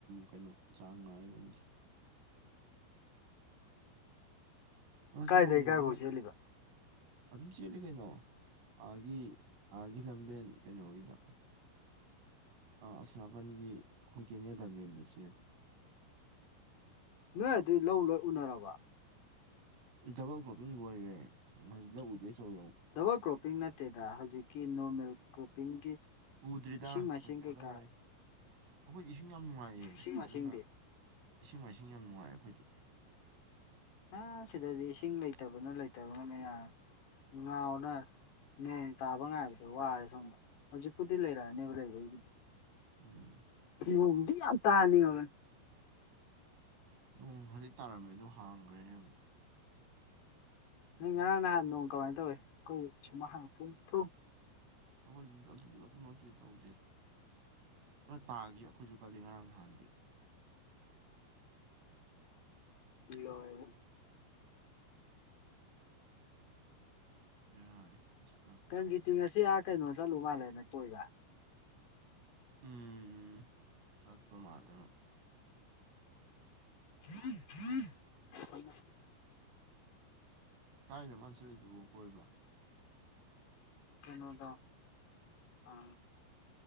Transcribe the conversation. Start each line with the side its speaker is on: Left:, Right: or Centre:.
Right: ꯀꯩꯅꯣ ꯆꯥꯡ ꯅꯥꯏ ꯉꯝꯗ꯭ꯔꯦ ꯉꯁꯤ
Left: ꯀꯥꯏꯗꯩ
Right: ꯕꯣꯜ ꯌꯦꯡꯗꯨꯅ
Left: ꯀꯥꯏꯐꯥꯎ ꯆꯦꯜꯂꯤꯕ
Right: ꯑꯗꯨꯝ ꯆꯦꯜꯂꯤ ꯀꯩꯅꯣ ꯑꯥꯒꯤ ꯑꯥꯒꯤ ꯂꯝꯕꯦꯟ ꯀꯩꯅꯣꯒꯤꯗꯣ ꯑꯁꯣꯝ ꯅꯥꯄꯟꯒꯤ ꯑꯩꯈꯣꯏ ꯀꯦꯅꯦꯜ ꯂꯝꯕꯦꯟꯗ ꯆꯦꯜꯂꯤ
Left: ꯅꯣꯏ ꯑꯗꯨꯏ ꯂꯧ ꯂꯣꯏ ꯎꯅꯔꯕꯣ
Right: ꯗꯥꯕꯥꯜ ꯀꯔꯣꯞꯄꯤꯡ ꯂꯣꯏꯀ꯭ꯔꯦ ꯂꯧ ꯎꯗꯨꯏ ꯇꯧꯔꯤ ꯑꯃꯨꯛ
Left: ꯗꯕꯜ ꯀ꯭ꯔꯣꯞꯄꯤꯡ ꯅꯠꯇꯦꯗ ꯍꯧꯖꯤꯛꯀꯤ ꯅꯣꯔꯃꯦꯜ ꯀ꯭ꯔꯣꯞꯄꯤꯡꯒꯤ
Right: ꯎꯗ꯭ꯔꯤꯗ
Left: ꯏꯁꯤꯡ ꯃꯥꯏꯁꯤꯡ
Right: ꯈꯣꯏꯅꯗ
Left: ꯀꯩꯀꯥ
Right: ꯉꯥꯏꯔꯤ ꯑꯩꯈꯣꯏꯗꯤ ꯏꯁꯤꯡ ꯌꯥꯝ ꯅꯨꯡꯉꯥꯏꯌꯦ
Left: ꯏꯁꯤꯡ ꯃꯥꯏꯁꯤꯡꯗꯤ
Right: ꯑꯗꯨꯅ ꯏꯁꯤꯡ ꯃꯥꯏꯁꯤꯡ ꯌꯥꯝ ꯅꯨꯡꯉꯥꯏꯔꯦ ꯑꯩꯈꯣꯏꯗꯤ
Left: ꯑꯥ ꯁꯤꯗꯗꯤ ꯏꯁꯤꯡ ꯂꯩꯇꯕꯅ ꯂꯩꯇꯕꯅ ꯃꯌꯥꯝ ꯉꯥꯎꯅꯔꯦ ꯅꯣꯡ ꯇꯥꯕ ꯉꯥꯏꯕꯗ ꯋꯥꯔꯦ ꯁꯣꯝꯗ ꯍꯧꯖꯤꯛꯄꯨꯗꯤ ꯂꯩꯔꯛꯑꯅꯤ ꯍꯦꯔꯦꯟꯗꯩꯗꯤ
Right: <unintelligible>
Left: ꯌꯨꯗꯤ ꯌꯥꯝ ꯇꯥꯡꯉꯤ ꯃꯃꯥꯜ
Right: ꯅꯣꯡ ꯍꯧꯖꯤꯛ ꯇꯥꯔꯝꯃꯦ ꯑꯗꯨ ꯍꯥꯡꯒ꯭ꯔꯦꯅꯦ ꯑꯃꯨꯛ
Left: ꯅꯣꯏ ꯉꯔꯥꯡ ꯅꯍꯥꯟ ꯅꯣꯡ ꯀꯃꯥꯏꯅ ꯇꯧꯏ ꯑꯩꯈꯣꯏ ꯁꯨꯃꯥꯡꯒ ꯄꯨꯡꯊꯨꯝ
Right: ꯑꯩꯈꯣꯏ ꯌꯨꯝꯗ ꯑꯗꯨꯃꯛꯇꯤ ꯇꯧꯗꯦꯗ ꯈꯔꯇꯥꯒꯤ ꯑꯩꯈꯣꯏꯁꯨ ꯀꯜꯂꯤ ꯉꯔꯥꯡ ꯅꯍꯥꯟꯗꯤ
Left: ꯂ‌ꯣꯏꯔ‌ꯦ
Right: <unintelligible> ꯍꯧꯖꯤꯛ
Left: ꯀꯟꯖꯤꯇꯤ ꯉꯁꯤ ꯑꯥ ꯀꯩꯅꯣ ꯆꯠꯂꯨ ꯃꯥꯜꯂꯦꯅ‌ꯦ ꯀꯣꯏꯕ
Right: ꯎꯝ ꯆꯠꯄ ꯃꯥꯜꯂꯦ ꯃꯥ
Left: <unintelligible> <inaudible>
Right: ꯀꯥꯏꯗꯅ ꯃꯥꯅ ꯆꯠꯂꯤꯗꯨꯕꯨ ꯀꯣꯏꯕ
Left: ꯀꯩꯅꯣꯗ ꯑ